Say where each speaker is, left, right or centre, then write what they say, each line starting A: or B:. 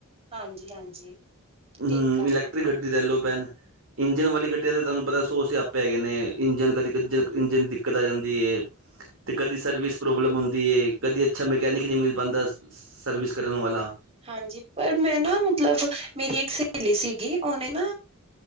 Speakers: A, on the right (about 30°); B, on the right (about 60°).
A: ਹਾਂਜੀ- ਹਾਂਜੀ,
B: ਹਮ
A: ਠੀਕ ਆ।
B: ਇਲੈਕਟ੍ਰਿਕ ਗੱਡੀ ਰੈਲੋ ਪੈਨ, ਇੰਜਨ ਵਾਲੀ ਗੱਡੀ- ਤੇ ਓਹਦੇ ਤੁਵਾਨੁ ਪਤਾ ਸੌ ਸਆਪੇ ਹੈਗੇ ਨੇ ਇੰਜਨ ਕਦੀ ਇੰਜਨ ਦੀ ਦਿੱਕਤ ਆ ਜਾਂਦੀ ਏ, ਤੇ ਕਦੀ ਸਰਵਿਸ ਪ੍ਰੋਬਲਮ ਹੁੰਦੀ ਹੈ, ਕਦੀ ਅੱਛਾ ਮਕੈਨਿਕ ਨਹੀਂ ਮਿਲ ਪਾਉਂਦਾ ਸਰਵਿਸ ਕਰਨ ਵਾਲਾ
A: ਹਾਂਜੀ, ਪਰ ਮੈਂ ਨਾ ਮਤਲਬ ਮੇਰੀ ਇੱਕ ਸਹੇਲੀ ਸੀਗੀ ਉਹਨੇ ਨਾ